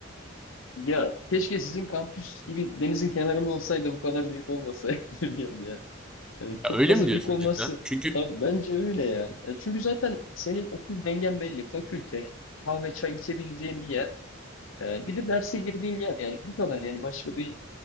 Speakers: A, on the left; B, in the centre.
A: ya keşke sizin kampüs gibi denizin kenarında olsaydı bu kadar büyük olmasaydı <laughs> bilmiyorum ya. Yani çok
B: Ya öyle
A: fazla
B: mi diyorsun
A: büyük olması
B: cidden? Çünkü
A: Ha, bence öyle ya. Ya çünkü zaten senin okul dengen belli. Fakülte, kahve, çay içebileceğin bir yer. Ee, bir de derse girdiğin yer yani bu kadar yani başka bir